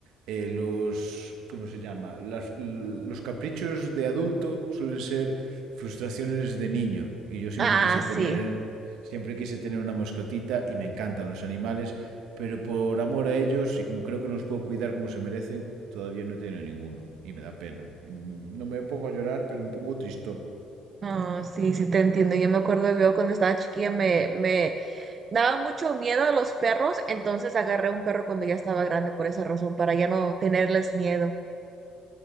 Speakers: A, on the right; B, on the right.
A: eh, los, ¿cómo se llama? Las- los caprichos de adulto suelen ser frustraciones de niño. Y yo siempre
B: Ah,
A: quise
B: sí.
A: tener, siempre quise tener una mascotita y me encantan los animales, pero por amor a ellos y como creo que no los puedo cuidar como se merecen, todavía no he tenido ninguno y me da pena. Y, mm, No me pongo a llorar, pero me pongo tristón.
B: Ah, sí, sí te entiendo. Yo me acuerdo yo cuando estaba chiquilla me, me daba mucho miedo a los perros, entonces agarré un perro cuando ya estaba grande por esa razón, para ya no tenerles miedo.